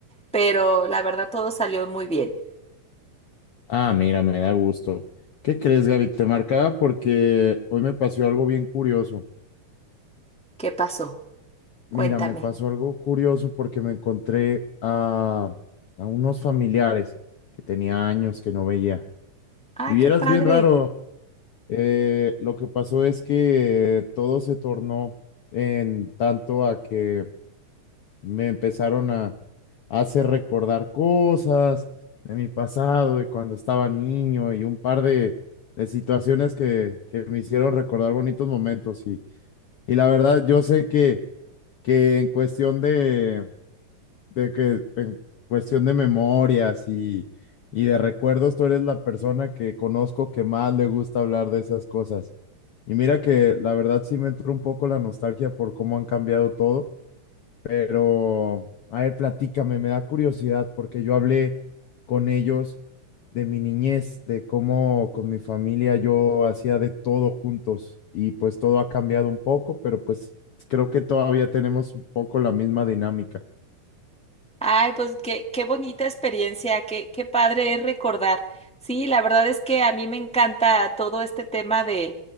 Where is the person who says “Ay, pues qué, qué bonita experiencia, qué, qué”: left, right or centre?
Centre